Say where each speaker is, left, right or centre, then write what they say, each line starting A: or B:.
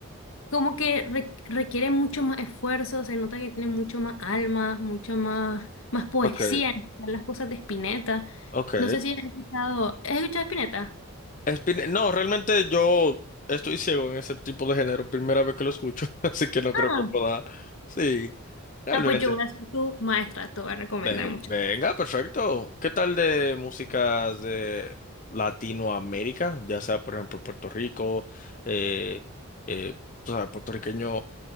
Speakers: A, on the left (about 65°); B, on the left (about 35°).
A: como que re- requiere mucho más esfuerzo, se nota que tiene mucho más alma, mucha más, más poesía
B: ok,
A: en las cosas de Spinetta.
B: ok.
A: No sé si has escuchado, ¿has escuchado Spinetta?
B: Espin- No, realmente yo estoy ciego en ese tipo de género, primera vez que lo escucho, <laughs> así que no
A: Ah,
B: creo que pueda. Sí, realmente.
A: ah, pues yo voy a ser tu maestra, te voy a recomendar
B: Ve-
A: mucho.
B: Venga, perfecto. ¿Qué tal de músicas de Latinoamérica? Ya sea, por ejemplo, Puerto Rico, eh, eh, tú sabes, puertorriqueño